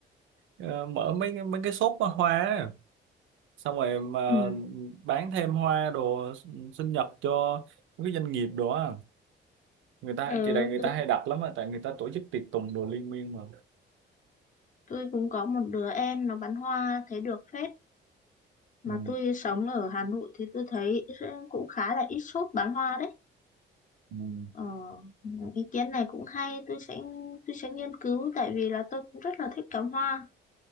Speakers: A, on the right (about 75°); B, on the left (about 40°).
A: ờ, mở mấy cái- mấy cái shop bán hoa á. xong rồi mà
B: ừ.
A: bán thêm hoa đồ sinh nhật cho mấy cái doanh nghiệp đồ á người ta
B: Ừ,
A: kỳ này người
B: tôi,
A: ta hay đặt lắm á tại người ta tổ chức tiệc tùng đồ liên miên mà
B: tôi cũng có một đứa em nó bán hoa thấy được phết mà
A: ừ,
B: tôi sống ở Hà Nội thì tôi thấy cũng khá là ít shop bán hoa đấy
A: ừ,
B: Ờ, ý kiến này cũng hay tôi sẽ tôi sẽ nghiên cứu tại vì là tôi cũng rất là thích cắm hoa